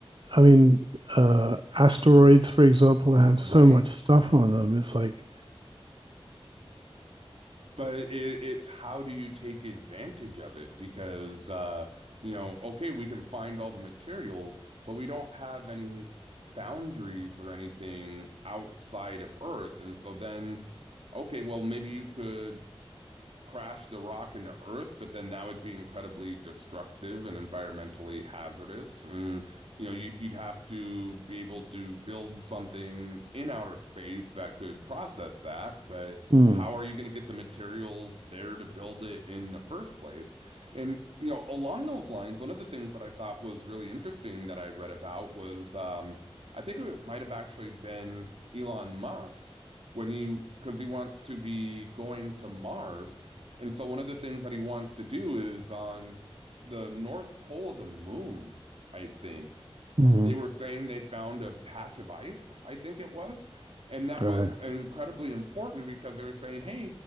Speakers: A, on the right; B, on the right.
A: I mean, uh, asteroids, for example, have
B: Right.
A: so much stuff on them. It's like,
B: But it, it's how do you take advantage of it? Because uh, you know, okay, we can find all the materials, but we don't have any foundries or anything outside of Earth. And so then, okay, well, maybe you could crash the rock into Earth, but then that would be incredibly destructive and environmentally hazardous. And, you know, you, you'd have to be able to build something in outer space that could process that, but
A: hmm,
B: how are you going to get the materials there to build it in the first place? And, you know, along those lines, one of the things that I thought was really interesting that I read about was um, I think it might have actually been Elon Musk when he because he wants to be going to Mars and so one of the things that he wants to do is on the North Pole of the moon, I think
A: hmm,
B: they were saying they found a patch of ice, I think it was. And that
A: Right.
B: was incredibly important because they were saying, hey,